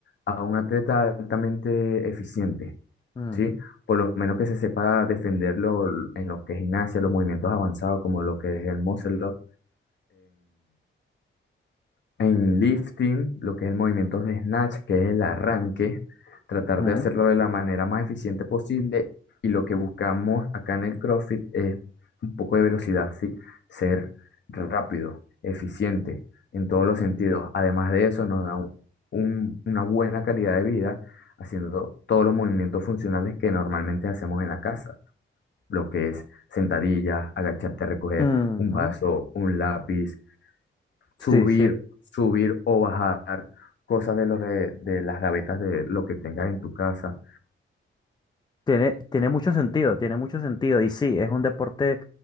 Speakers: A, on the left; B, on the left.
A: a un atleta altamente eficiente,
B: mm,
A: ¿sí? Por lo menos que se sepa defenderlo en lo que es gimnasia, los movimientos avanzados como lo que es el muscle up, en lifting, lo que es el movimiento de snatch, que es el arranque, tratar
B: ujú,
A: de hacerlo de la manera más eficiente posible. Y lo que buscamos acá en el CrossFit es un poco de velocidad, ¿sí? Ser rápido, eficiente en todos los sentidos. Además de eso, nos da un- un- una buena calidad de vida haciendo todos los movimientos funcionales que normalmente hacemos en la casa, lo que es sentadillas, agacharte a recoger
B: ujú.
A: un vaso, un lápiz,
B: Sí,
A: subir,
B: sí,
A: subir o bajar cosas de, los re- de las gavetas de lo que tengas en tu casa.
B: Tiene, tiene mucho sentido, tiene mucho sentido. Y sí, es un deporte